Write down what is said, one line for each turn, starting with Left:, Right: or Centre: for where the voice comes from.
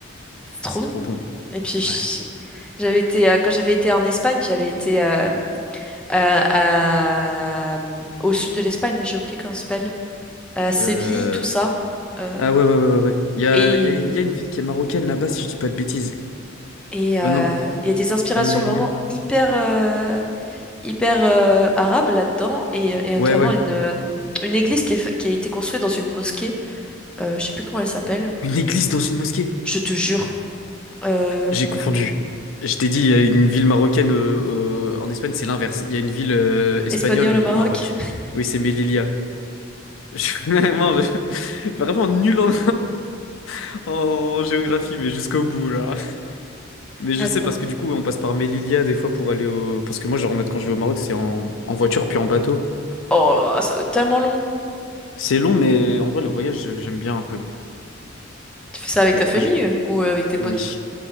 Centre: c'est trop
Left: c'est
Centre: bon.
Left: trop bon.
Centre: Et puis,
Left: Ouais.
Centre: chut, j'avais été, euh, quand j'avais été en Espagne, j'avais été euh, euh, à- au sud de l'Espagne, là, j'ai oublié comment ça s'appelle. Euh, Séville,
Left: Euh...
Centre: tout ça. Euh,
Left: Ah ouais, ouais, ouais, ouais. ouais. Il y a,
Centre: et
Left: il y a il y a une ville qui est marocaine là-bas, si je dis pas de bêtises.
Centre: et euh,
Left: Oh non,
Centre: il y a des inspirations
Left: Almeria.
Centre: vraiment hyper, euh, hyper euh, arabe là-dedans et, euh, et notamment
Left: Ouais, ouais.
Centre: une, euh, une église qui, est fa- qui a été construite dans une mosquée. Euh, je sais plus comment elle s'appelle.
Left: Une église dans une mosquée.
Centre: Je te jure. Euh,
Left: J'ai confondu. Je t'ai dit, il y a une ville marocaine euh, euh, en Espagne, c'est l'inverse. Il y a une ville euh, espagnole
Centre: espagnole
Left: au
Centre: au Maroc.
Left: Maroc. Oui, c'est Melilla. <laughs> Je suis vraiment, je- vraiment nul en... <laughs> en géographie, mais jusqu'au bout, là. Mais je
Centre: Attends.
Left: sais parce que du coup, on passe par Melilla des fois pour aller au... Parce que moi, genre, en mode, quand je vais au Maroc, c'est en... en voiture puis en bateau.
Centre: Oh, là là, ça doit être tellement long.
Left: C'est long, mais en vrai, le voyage, j'aime bien un peu.
Centre: Tu fais ça avec
Left: Bon,
Centre: ta
Left: après,
Centre: famille
Left: je...
Centre: euh, ou euh, avec tes
Left: Oui.
Centre: potes?